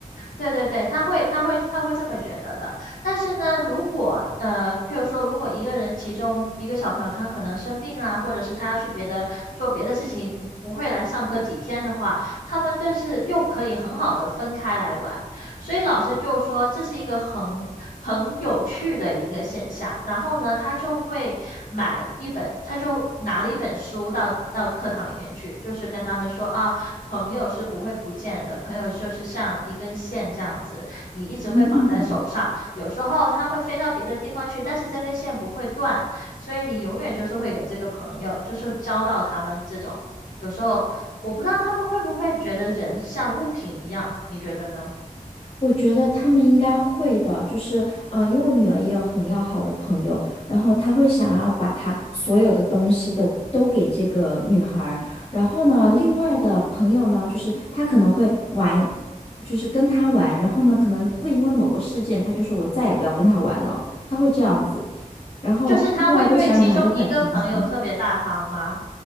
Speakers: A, on the left; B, on the left.
A: 对对对，他会，他会，他会这么觉得的。但是呢，如果呃，譬如说，如果一个人其中一个小朋友他可能生病啊，或者是他要去别的做别的事情，不会来上课几天的话，他们但是又可以很好的分开来玩。所以老师就说这是一个很很有趣的一个现象。然后呢，他就会买一本，他就拿了一本书到到课堂里面去，就是跟他们说啊。朋友是不会不见的，朋友就是像一根线这样子，你一直会绑在手上。
B: 嗯。
A: 有时候它会飞到别的地方去，但是这根线不会断，所以你永远就是会有这个朋友，就是交到他们这种。有时候我不知道他们会不会觉得人像物品一样，你觉得呢？
B: 我觉得他们应该会的，就是呃，因为我女儿也有很要好的朋友，然后她会想要把她所有的东西都都给这个女孩儿然后呢，另外的朋友呢，就是她可能会玩，就是跟她玩，然后呢，可能会因为某个事件，她就说我再也不要跟她玩了，她会这样子，然后另外一个小女孩就会很伤心。
A: 就是他会对其中一个朋友特别大方吗？